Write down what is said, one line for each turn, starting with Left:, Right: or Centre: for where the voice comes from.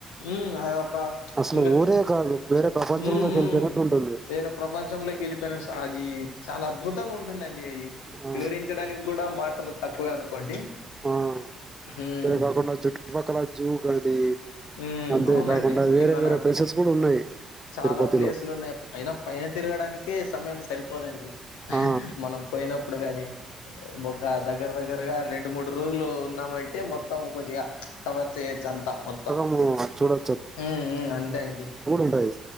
Left: ఉమ్ అది ఒక
Right: అసలు
Left: ఇంకా
Right: ఊరే కాదు వేరే ప్రపంచంలోకి
Left: ఉ
Right: వెళ్ళిపోయినట్టు
Left: ఉ
Right: ఉంటుంది
Left: ఇయన ప్రపంచంలోకి వెళ్ళిపోయినాడు సార్ ఈ చాలా అద్భుతంగా ఉంటుందండి
Right: ఆ
Left: వివరించడానికి కూడా మాటలు తక్కువే అనుకోండి
Right: ఆ
Left: ఉమ్
Right: ఇదే కాకుండా చుట్టుపక్కల జూ కానీ
Left: ఉమ్
Right: అంతే
Left: అవునండి
Right: కాకుండా వేరే
Left: కిందన
Right: వేరే ప్లేసెస్ కూడా ఉన్నాయి
Left: చాలా
Right: తిరుపతిలో
Left: ప్లేసులు ఉన్నాయి అయినా పైన తిరగడానికే సమయం సరిపోదండి
Right: ఆ
Left: మనం పోయినప్పుడు కాని ఒక దగ్గర దగ్గరగా రెండు మూడు రోజులు ఉన్నామంటే మొత్తం కొద్దిగా కవర్ చేయొచ్చు అంతా మొత్తం
Right: ఉం
Left: ఉమ్ ఉం అంతే అండి
Right: ఉంటాయి